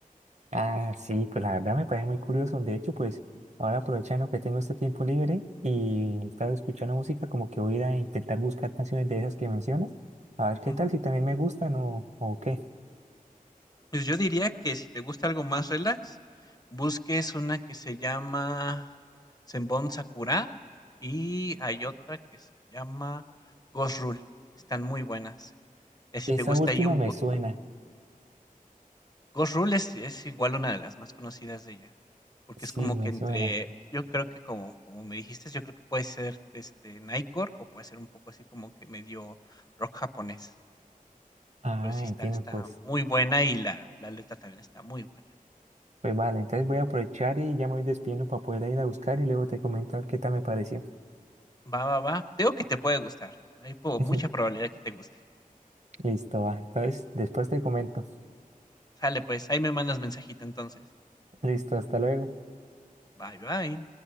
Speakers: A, on the right; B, on the left.
A: Ah, sí, pues la verdad me parece muy curioso. De hecho, pues ahora aprovechando que tengo este tiempo libre y estaba escuchando música, como que voy a ir a intentar buscar canciones de esas que mencionas, a ver qué
B: Ujú.
A: tal, si también me gustan o, o qué.
B: Pues yo diría que si te gusta algo más relax, busques una que se llama Zenbon Sakura y hay otra que se llama Ghost Rule. Están muy buenas. Ya si
A: Esa
B: te gusta
A: última
B: ahí un
A: me
B: poco.
A: suena,
B: Ghost Rule es, es igual una de las más conocidas de ella, porque
A: sí,
B: es como
A: me
B: que entre,
A: suena.
B: yo creo que como, como me dijiste, yo creo que puede ser este Nightcore o puede ser un poco así como que medio rock japonés.
A: Ah,
B: Pero sí
A: entiendo,
B: está, está
A: pues
B: muy buena y la, la letra también está muy buena.
A: Pues vale, entonces voy a aprovechar y ya me voy despidiendo para poder ir a buscar y luego te comento a ver qué tal me pareció.
B: Va, va, va. Creo que te puede gustar. Hay po-
A: <laughs>
B: mucha probabilidad que te guste.
A: Listo, va. Entonces, después te comento.
B: Sale, pues, ahí me mandas mensajito entonces.
A: Listo, hasta luego.
B: Bye, bye.